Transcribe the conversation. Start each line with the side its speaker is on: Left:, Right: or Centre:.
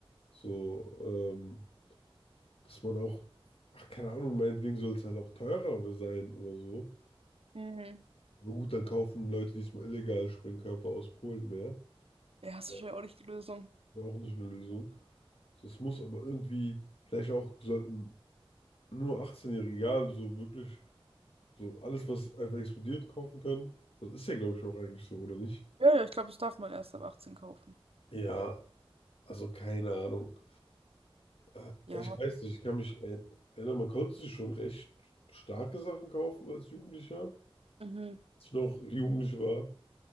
Left: so, ähm, dass man auch, ach, keine Ahnung, meinetwegen soll es halt auch teurer sein oder so.
Right: Mhm.
Left: Aber gut, dann kaufen Leute diesmal illegal Sprengkörper aus Polen mehr.
Right: Ja, ist
Left: Ist
Right: wahrscheinlich auch nicht die Lösung.
Left: ja auch nicht eine Lösung. Das muss aber irgendwie, vielleicht auch sollten nur 18-Jährige, egal, so wirklich, so alles, was einfach explodiert, kaufen können. Das ist ja, glaube ich, auch eigentlich so, oder nicht?
Right: Ja, ja, ich glaube, das darf man erst ab 18 kaufen.
Left: Ja, also keine Ahnung. Ah,
Right: Ja.
Left: Ja, ich weiß nicht, ich kann mich er- erinnern, man konnte sich schon recht starke Sachen kaufen als Jugendlicher,
Right: Mhm.
Left: als ich noch jugendlich war.